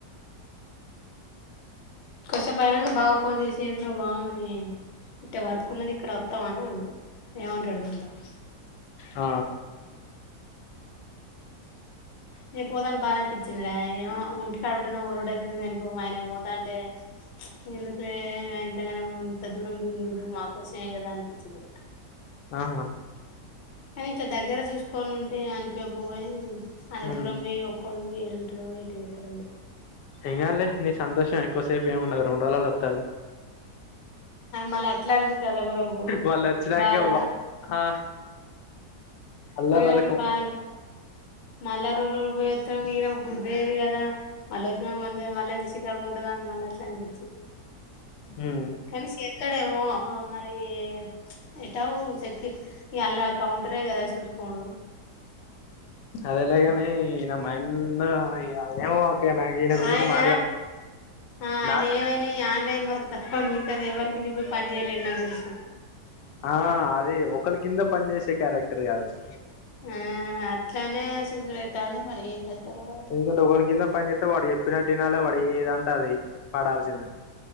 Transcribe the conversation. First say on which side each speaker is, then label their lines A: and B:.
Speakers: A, on the left; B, on the left.
A: కొడిసేపు అయినంకా బావ కు ఫోన్ చేసి ఏడున్నవ్ బావ మరి ఇట్ట వర్క్ ఉన్నది ఇక్కడ ఓతావా అని అడుగు ఏమంటాడో చూద్దాం
B: ఆ
A: నే పోతంటే బాధ అనిపించిందిరా ఏమొ ఇంటికాడ ఉంటెనో ఒర్రుడు అయితంది పో ఆయన పోతంటే ఎందులే అయి ఆయన ఇంత దూరం పోయి ఉండుడు మాకోసమే కదా అనిపించింది
B: ఆహా
A: కాని ఇట్లా దగ్గర చూసుకొని ఉంటే ఏం అనిపియపోవుగని అంత
B: హ్మ్
A: దూరం పోయి ఒక్కడు ఏ డో ఎట్ట జెతడో ఏం
B: ఎంకాదులే నీ సంతోషం ఎక్కువసేపు ఏమ్ ఉండదు రొండురోజులల్ల వత్తాడులే
A: మళ్ళ అట్లా అడిపితది ఒక రోకు
B: వాళ్ళు వచ్చినంక
A: బాధ
B: ఆ అల్ల
A: పోయినందుకు
B: నరకం
A: బాధ అనిపితంది మళ్ళా రెండు పోయోస్తడు ఈనకు బుదైదు కదా మళ్ళ వచ్చినాక మ మళ్ళాలెంత చికగు ఉంటదో మళ్ళ అట్లా అనిపి
B: ఉమ్
A: కనిసి చె ఇక్కడ ఏమో మరి ప్చ్ ఎట్లా సెక్యూ అలా కౌంటరే కదా చూసుకోనుడు.
B: అదిఎలాగన్. ఈయన మైండా ఏమో అక్కయ్య నాకి ఈయన గురించి
A: ఆయన
B: మాట్లాడ
A: ఆ ఆయన
B: నాకు.
A: ఏమైనా ఈ ఆన్లైన్ వర్క్ మిగతాది ఎవరి కిందికి పోయ్ పని చేయలేడు నాకు తెలుసు.
B: ఆహ్ అది ఒకళా కింద పని చేసే క్యారెక్టర్ కాదది.
A: ఆహ్ అట్లానే సుసిపెడతాన్నది మరి ఏం. చేత్తడో
B: ఎందుకంటే
A: ఏం కథో
B: ఎవరి కింద పనిజెతే వాడు చేప్పినటు. ఇనాలే వాడు ఏదంటే అది. పడాల్సిందే